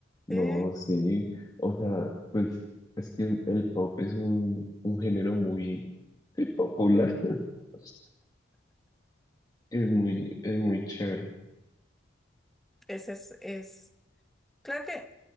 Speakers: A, on the left; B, in the centre.
A: no,
B: Sí,
A: sí, o sea, pues es que el pop es un, un género muy sí, popular. <laughs> Es muy, es muy chévere.
B: ese es, es Claro que